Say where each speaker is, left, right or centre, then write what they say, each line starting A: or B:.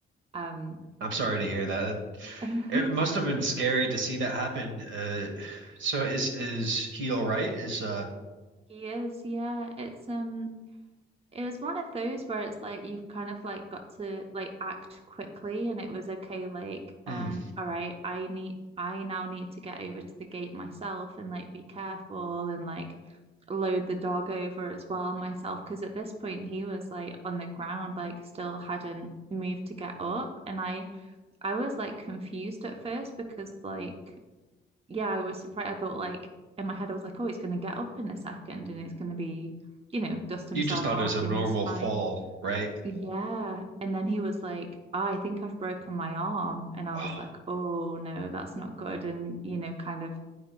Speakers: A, on the right; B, on the right.
A: um
B: I'm sorry to hear that.
A: <laughs>
B: It
A: he
B: must have been scary to see that happen. Uh so is is he all right? Is uh
A: is, yeah. It's um It was one of those where it's like you've kind of like got to like act quickly and it was okay like um
B: mm,
A: all right I need I now need to get over to the gate myself and like be careful and like load the dog over as well myself because at this point he was like on the ground like still hadn't moved to get up and I I was like confused at first because like yeah, I was surprised. I thought like in my head, I was like, oh, he's going to get up in a second and he's going to be, you know, dust himself
B: you just thought
A: off
B: it was a
A: and
B: normal
A: he's fine.
B: fall, right? <sighs>
A: Yeah. And then he was like, "Ah, I think I've broken my arm. And I
B: Oh.
A: was like, oh no, that's not good. And, you know, kind of